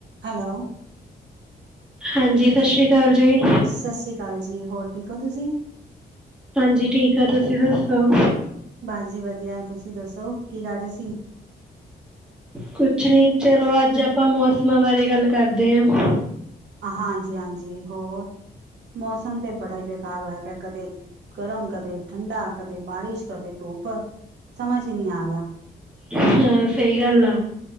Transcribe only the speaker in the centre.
ਹਾਂਜੀ, ਸਤਿ ਸ਼੍ਰੀ ਅਕਾਲ ਜੀ-
ਹਾਂਜੀ ਠੀਕ ਆ, ਤੁਸੀ ਦੱਸੋ-
ਕੁਛ ਨੀ, ਚਲੋ ਅੱਜ ਆਪਾਂ ਮੌਸਮਾਂ ਬਾਰੇ ਗੱਲ ਕਰਦੇ ਹਾਂ।
ਹਾਂ, ਸਹੀ ਗੱਲ ਆ।